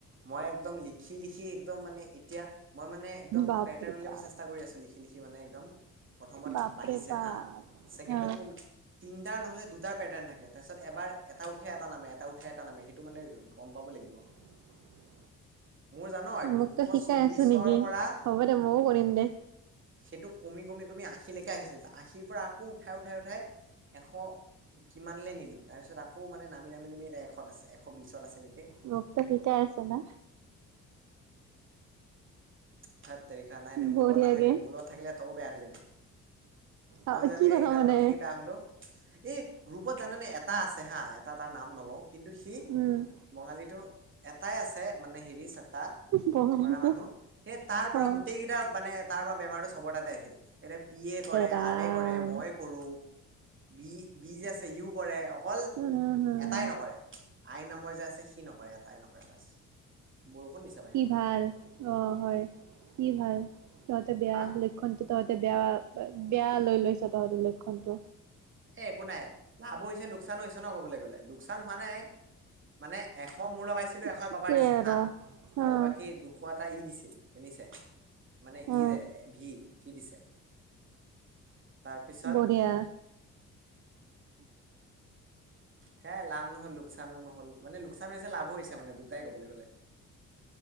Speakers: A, on the right (about 40°); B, on the right (about 70°).
A: মই একদম লিখি লিখি একদম মানে এতিয়া- মই মানে একদম
B: বাপৰে
A: পেটাৰ্ণ উলিয়াব
B: বাপ
A: চেষ্টা কৰি আছো লিখি লিখি মানে একদম- প্ৰথমত
B: বাপৰে
A: বাঢ়িছে
B: বাপ
A: হা, ছেকেণ্ডত-
B: অ
A: তিটাৰ নহলে দুটাৰ পেটাৰ্ণ থাকে তাৰপিছত এবাৰ এটা উঠে এটা নামে এটা উঠাই এটা নামে সেইটো মানে- গম পাব লাগিব।
B: <unintelligible>
A: মোৰ জান
B: মোক
A: দুশ
B: তই শিকাই
A: চল্লিশৰ
B: আছো নেকি,
A: পৰা
B: হ'ব দে ময়ো কৰিম দে।
A: সেইটো কমি কমি কমি আশীকে আহিছিল আশীৰ পৰা আকৌ উঠাই উঠ- উঠাই উঠাই, এশ- কিমানে নিলো তাৰ পিছত আকৌ মানে নামি নামি নামি এতিয়া এশত আছে এশ বিশত আছে নেকি।
B: মোক তই শিকাই আছ না।
A: ঠেত তেৰিকা নাই নাই মোৰ
B: বঢ়িয়াকে
A: লগত নাথাকিবি মোৰ লগত - থাকিলে তও বেয়া হৈ যাবি,
B: অ'
A: মই যেনেকে
B: কি কথা
A: এইকেইটা
B: মানে
A: লগত- থাকি হলো এই গ্ৰুপত জানেনে এটা আছে হা এটা তাৰ নাম নলও কিন্তু সেই-
B: উম।
A: বঙালীটো এটাই আছে মানে হেৰি চাৰটা।
B: বঙালীটো
A: কৰা মানুহ সেই তাৰ পৰা
B: অ
A: গোটেই কেইটা মানে তাৰ পৰা বেমাৰটো চব তাতে আহিল। এতিয়া পি এ কৰে
B: ৰাম
A: আৰ এ কৰে মই কৰো বি বি যে আছে ইও কৰে। অকল
B: উম হম
A: এটাই নকৰে আই নামৰ যে আছে সি নকৰে এটাই নকৰে বাছ। বৰষুণ দিছে বাহিৰত
B: ই ভাল অ হয় ই ভাল তহঁতে বেয়া
A: হা
B: ল লক্ষণ টো তহঁতে বেয়া বেয়া লৈ লৈছ তহঁতৰ লক্ষণতটো।
A: এ একো নাই লাভ হৈছে লোকচান হৈছে ন ক'বলৈ গ'লে লোকচান হোৱা নাই মানে এশ মোৰ লগাইছিলো এশ
B: ঠিকেই
A: পাবা দিছে
B: আৰু
A: হা
B: উম
A: আৰু বাকী দু ওখ এটা ই দিছিল সেনিছে মানে
B: উম
A: ই যে ভি সি দিছে। তাৰপিছত
B: বঢ়িয়া।
A: সে লাভ নহল লোকচানো নহ'ল মানে লোকচান হৈছে লাভো হৈছে মানে দুটাই ক'বলৈ গ'লে।